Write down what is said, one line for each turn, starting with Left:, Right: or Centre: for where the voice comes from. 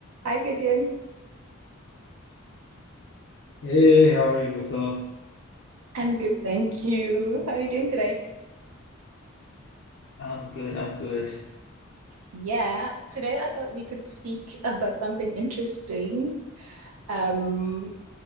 Right: Hi, Gideon.
Left: Hey, how are you? What's up?
Right: I'm good, thank you. How are you doing today?
Left: I'm good. I'm good.
Right: Yeah. Today, I thought we could speak about something interesting. Um,